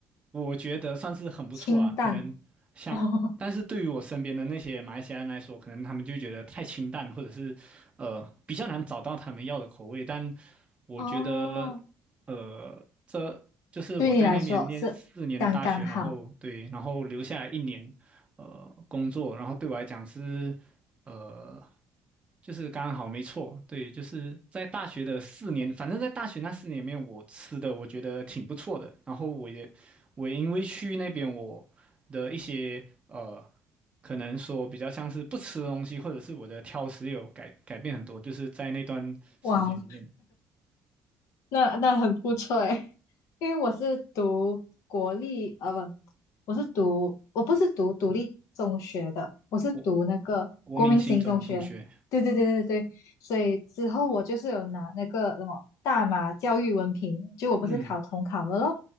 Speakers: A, on the right; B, on the left.
A: 我觉得算是很不错啊，
B: 清淡，
A: 可能像，
B: <laughs> 哦，
A: 但是对于我身边的那些马来西亚人来说，可能他们就觉得太清淡，或者是呃比较难找到他们要的口味，但我觉得。
B: 哦，
A: 呃，这就是我在那边念四年的大学，
B: 对你来说是刚刚好。
A: 然后对，然后留下来一年，呃，工作，然后对我来讲是，呃，就是刚好没错，对，就是在大学的四年，反正在大学那四年里面，我吃的我觉得挺不错的，然后我也我也因为去那边我的一些呃。可能说比较像是不吃的东西，或者是我的挑食有改改变很多，就是在那段时间里面，
B: 哇，那那很不错诶，<laughs> 因为我是读国立，呃，不，我是读，我不是读独立中学的，我是读那个国民型中学。
A: 国国民性中中学。
B: 对对对对对，所以之后我就是有拿那个什么大马教育文凭，就我不是考统考了咯，
A: 嗯，